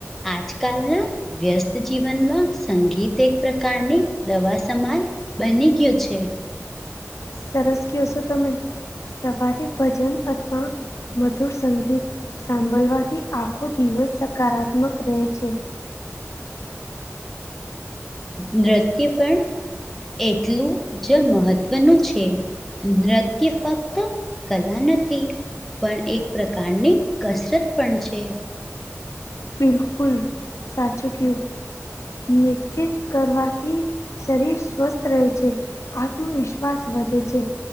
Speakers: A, in the centre; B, on the left.
A: આજકાલના વ્યસ્ત જીવનમાં સંગીત એક પ્રકારની દવા સમાન બને કયો છે.
B: સરસ ક્યો છો તમે. સવારે ભજન અથવા મધુર સંગીત સાંભળવાથી આખો દિવસ સકારાત્મક રહે છે.
A: નૃત્ય પણ એટલું જ મહત્વનું છે. નૃત્ય ફક્ત કલા નથી પણ એક પ્રકારની કસરત પણ છે.
B: બિલકુલ સાચું કીયુ નૃત્ય કરવાથી શરીર સ્વસ્થ રહે છે, આત્મવિશ્વાસ વધે છે,